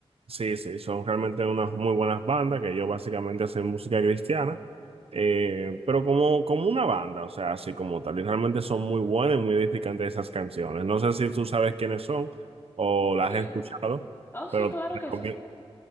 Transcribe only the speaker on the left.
Ok.
Oh, sí,
claro
que sí.